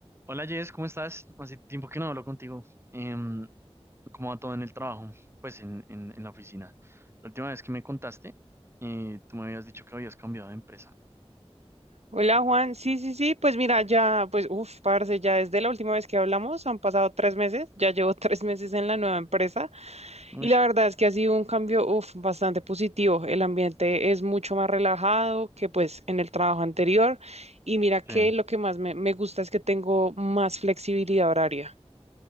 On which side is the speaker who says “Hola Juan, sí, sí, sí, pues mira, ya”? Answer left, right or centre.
Right